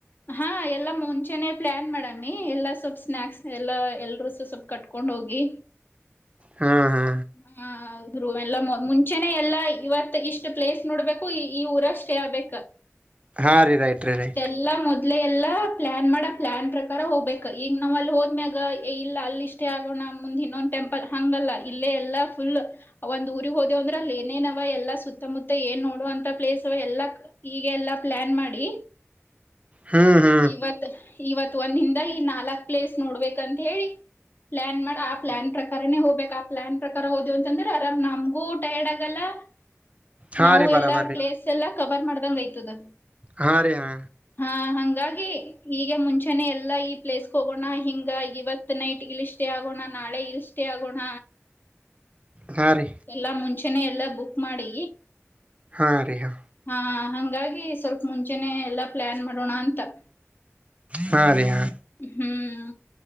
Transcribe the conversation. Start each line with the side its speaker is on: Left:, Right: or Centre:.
Left: ಹಾ ಎಲ್ಲ ಮುಂಚೆನೇ ಪ್ಲ್ಯಾನ್ ಮಾಡಾಮಿ ಎಲ್ಲ ಸ್ವಲ್ಪ ಸ್ನ್ಯಾಕ್ಸ್ ಎಲ್ಲ ಎಲ್ರೂ ಸ್ವ ಸ್ವಲ್ಪ ಕಟ್ಕೊಂಡು ಹೋಗಿ
Right: ಹಾ ಹಾ
Left: ಮಿಯಾಂವ್. <unintelligible> ಎಲ್ಲ ಮುಂಚೆನೆ ಎಲ್ಲಾ ಇವತ್ ಇಷ್ಟ್ ಪ್ಲೇಸ್ ನೋಡ್ಬೇಕು ಈ ಊರ ಸ್ಟೇ ಆಗ್ಬೇಕ ಹ <inaudible>
Right: ಹಾ ರೀ ರೈಟ್ ರೀ ರೈ
Left: ಎಲ್ಲ ಮೊದ್ಲೆ ಎಲ್ಲಾ ಪ್ಲಾನ್ ಮಾಡ ಪ್ಲಾನ್ ಪ್ರಕಾರ ಹೋಗ್ಬೇಕು ಈಗ ನಾವ್ ಅಲ್ಲಿ ಹೋದ್ಮ್ಯಾಗ ಏ ಇಲ್ಲ ಅಲ್ಲಿ ಸ್ಟೇ ಆಗೋಣ ಮುಂದ್ ಇನ್ನೊಂದು ಟೆಂಪಲ್ ಹಂಗಲ್ಲ ಇಲ್ಲೇ ಎಲ್ಲಾ ಫುಲ್ ಒಂದ ಊರಿಗೆ ಹೋದಿವಂದ್ರ ಅಲ್ಲಿ ಏನೇನವ ಎಲ್ಲಾ ಸುತ್ತಮುತ್ತ ಏನ್ ನೋಡುವ ಅಂತ ಪ್ಲೇಸ್ ಅವ ಎಲ್ಲಾ ಹೀಗೆ ಎಲ್ಲಾ ಪ್ಲಾನ್ ಮಾಡಿ
Right: ಹ್ಮೂ ಹ್ಮು
Left: ಇವತ್ ಇವತ್ ಒಂದಿಂದಾಗ ಈ ನಾಲ್ಕ್ ಪ್ಲೇಸ್ ನೋಡ್ಬೇಕಂತ ಹೇಳಿ ಪ್ಲ್ಯಾನ್ ಮಾಡ ಆ ಪ್ಲ್ಯಾನ್ ಪ್ರಕಾರಾನೇ ಹೋಗ್ಬೇಕ ಆ ಪ್ಲಾನ್ ಪ್ರಕಾರ ಹೋದಿವಿ ಅಂತ ಅಂದ್ರೆ ಆರಾಮ್ ನಮ್ಗೂ ಟೈರ್ಡ್ ಆ ಗಲ್ಲ <unintelligible>
Right: ಹಾ
Left: ನಾವು
Right: ರೀ ಬರಾಬರ್ರೀ
Left: ಎಲ್ಲಾ ಪ್ಲೇಸ್ ಎಲ್ಲಾ ಕವರ್ ಮಾಡ್ದಂಗ ಆಯ್ತದ
Right: ಹಾ ರೀ ಹಾ
Left: ಹಾ ಹಂಗ್ ಹಂಗಾಗಿ ಈಗ ಮುಂಚೆನೆ ಎಲ್ಲಾ ಈ ಪ್ಲೇಸ್ಗೆ ಹೋಗೋಣ ಹಿಂಗ ಇವತ್ ನೈಟ್ ಇಲ್ಲಿ ಸ್ಟೇ ಆಗೋಣ ನಾಳೆ ಇಲ್ಲಿ ಸ್ಟೇ ಆಗೋಣ
Right: ಹಾ ರೀ.
Left: ಎಲ್ಲ ಮುಂಚೆನೇ ಎಲ್ಲ ಬುಕ್ ಮಾಡೀ
Right: ಹಾ ರಿ ಹಾ.
Left: ಹಾ ಹಂಗಾಗಿ ಸ್ವಲ್ಪ ಮುಂಚೆನೆ ಎಲ್ಲಾ ಪ್ಲ್ಯಾನ್ ಮಾಡೋಣ ಅಂತ.
Right: ಹಾ ರೀ ಹಾ.
Left: ಹ್ಮ್